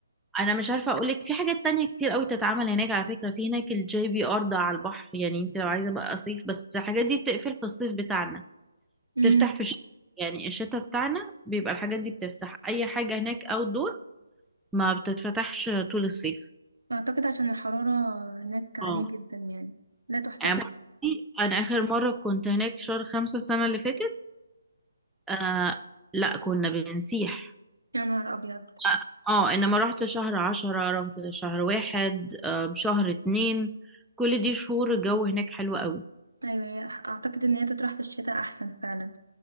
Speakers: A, in the centre; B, on the right.
A: انا مش عارفه اقول لك في حاجات تانية كتير قوي تتعمل هناك على فكره في هناك الجي بي ار ده على البحر يعني انت لو عايزه بقى صيف بس الحاجات دي بتقفل في الصيف بتاعنا
B: امم
A: تفتح في الشتاء يعني الشتاء بتاعنا بيبقى الحاجات دي بتفتح اي حاجه هناك اوت دور ما بتتفتحش طول الصيف
B: اعتقد عشان الحراره هناك عاليه
A: اه
B: جدا يعني لا تحتمل
A: يعني بصي، انا اخر مره كنت هناك شهر خمسة السنه اللي فاتت آه لا كنا بنسيح
B: يا نهار ابيض
A: اه آه، انما رحت شهر عشرة رحت شهر واحد آه شهر اتنين كل دي شهور الجو هناك حلو قوي
B: ايوه هي- اعتقد ان هي تطرح في الشتاء احسن فعلا